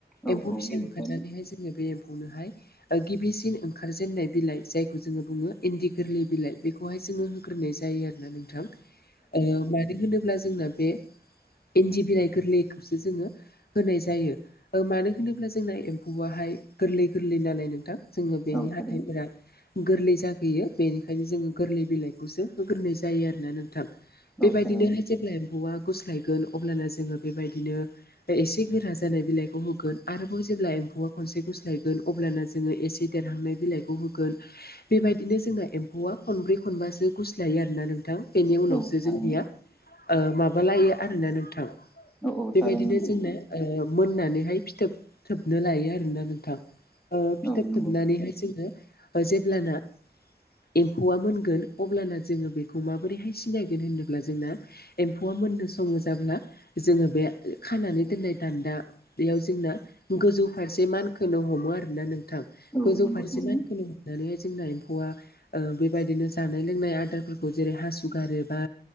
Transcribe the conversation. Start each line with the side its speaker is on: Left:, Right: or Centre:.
Centre: औ
Left: एम्फौ
Centre: औ
Left: फिसा
Centre: नंगौ
Left: ओंखारनानैहाय
Centre: थारैनो
Left: जोङो बे एम्फौनोहाय गिबिसिन ओंखारजेननाय बिलाइ जायखौ जोङो बुङो इन्दि गोरलै बिलाइ बे खौहाय जोङो होग्रोनाय जायो आरोना नोंथां ओ होनोब्ला जोंना बे इन्दि बिलाइ गोरलैखौसो जोङो होनाय जायो। ओ मानो होनोब्ला जोंना एम्फौआहाय गोरलै गोरलै नालाय नोंथां जोङो बेनि
Centre: औ थारैनो औ थारैनो
Left: हाथाइफोरा गोरलै जागोयो बेनिखायनो जोङो गोरलै बिलाइखौसो होग्रोनाय जायो आरोना नोंथां। बेबायदिनोहाय
Centre: औ थारैनो
Left: जेब्ला एम्फौआ गुस्लायगोन अब्लानो जोङो बेबायदिनो एसे गोरा जानाय बिलाइखौ होगोन आरोबाव जेब्ला एम्फौआ खनसे गुस स्लायगोन अब्लानो जोङो एसे देरहांनाय बिलाइखौ होगोन बेबायदिनो जोंना एम्फौआ खनब्रै खनबासो गुस्लायो आरोना नोंथां बेनि उनावसो
Centre: औ थारैनो
Left: जोंनिया ओ माबालायो आरोना नोंथां
Centre: औ औ
Left: बेबायदिनो
Centre: थारैनो नंगौ
Left: जोंनो
Centre: नोंथां
Left: ओ मोननानैहाय फिथोब थोबनो लायो आरोना नोंथां। ओ फिथोब
Centre: औ नंगौ
Left: थोबनानैहाय जोङो जेब्लाना एम्फौआ मोनगोन अब्लाना जोङो बेखौ माबोरैहाय सिनायगोन होनोब्ला जोंना एम्फौआ मोननो सङो जाब्ला जोङो बे खानानै दोननाय दान्दा बेयाव जोंना गोजौ फारसे मान खोनो हमो आरोना नोंथां
Centre: औ
Left: गोजौ
Centre: नंगौ
Left: फारसे
Centre: थारैनो
Left: मानखोनो हमनानैहाय जोंना एम्फौआ ओ बेबायदिनो जानाय लोंनाय आदारफोरखौ जेरै हासु गारोबा